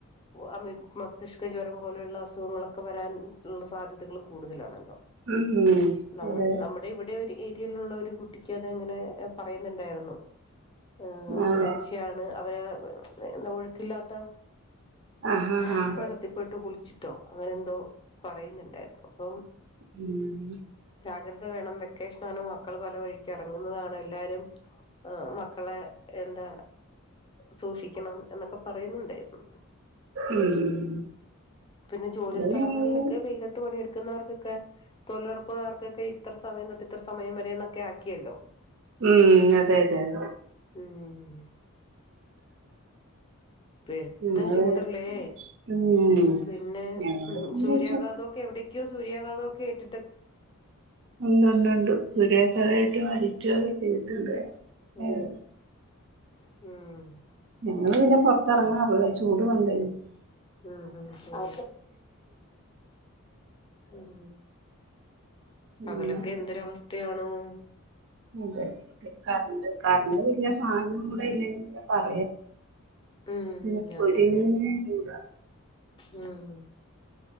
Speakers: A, on the left (about 20°); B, on the right (about 60°).
A: അ മതിഷ്കജ്വരം പോലെയുള്ള അസുഖങ്ങളൊക്കെ വരാൻ ഉള്ള സാധ്യതകൾ കൂടുതലാണല്ലോ
B: ഉം
A: നമ്മ
B: അതെ
A: നമ്മുടെ ഇവിടെ ഒരു ഏരിയയിലുള്ള ഒരു കുട്ടിക്ക് അതെങ്ങനെ പറയുന്നുണ്ടായിരുന്നു ഏഹ്
B: അതെ
A: സംശയാണ് അവരെ എന്താ ഒഴുക്കില്ലാത്ത
B: ആഹ് ആഹ്
A: ഹ
B: ആഹ്
A: വെള്ളത്തി പോയിട്ട് കുളിച്ച് ട്ടോ അങ്ങനെന്തോ പറയുന്നുണ്ടായിരുന്നു അപ്പം
B: ഉം
A: ജാഗ്രത വേണം വെക്ക ക്കേഷനാണ് മക്കള് പല വഴിക്കെറങ്ങുന്നതാണ് എല്ലാരും മക്കളെ എന്താ സൂക്ഷിക്കണം എന്നൊക്കെ പറയുന്നുണ്ടേര്ന്നു
B: ഉം
A: പിന്നെ ജോലി
B: ഇവിടെ
A: സ്ഥലങ്ങളിലൊക്കെ
B: ഞങ്ങള്
A: വെയിലത്ത് പണിയെടുക്കുന്നവർക്കൊക്കെ തൊഴിലുറപ്പുകാർക്കൊക്കെ ഇത്ര സമയം തൊട്ട് ഇത്ര സമയം വരേന്നൊക്കെ ആക്കിയല്ലോ
B: ഉം അതെ അതെ അതെ
A: ഉം പെര്ത്ത
B: ഞങ്ങള്
A: ചൂടല്ലേ
B: ഉം
A: പിന്നെ
B: ഞങ്ങള്
A: ഉം
B: പിന്നെ
A: സൂര്യാഘാതൊക്കെ എവിടക്കോ സൂര്യാഘാതൊക്കെ കേട്ട്
B: ഉണ്ട്ണ്ട്ണ്ട് സുര്യാഖാത മേറ്റ മാരി <unintelligible> ചെയ്തിട്ടുണ്ട്
A: ഉം
B: ഏഹ്
A: ഉം
B: ങ്ങള് പിന്നെ പുറത്തിറങ്ങാറില്ല ചൂട് കൊണ്ട്
A: ഉം അ ഉ പകലൊക്കെ
B: അങ്ങനെ
A: എന്തൊരവസ്ഥയാണോ ഉം
B: അതെ കറണ്ട് കരണ്ടുവില്ല ഫാനും കൂടെ ഇല്ലെങ്കി പറ
A: ഉം
B: <unintelligible> പൊരിഞ്ഞ
A: അതെ അതെ
B: ചൂടാ
A: ഉം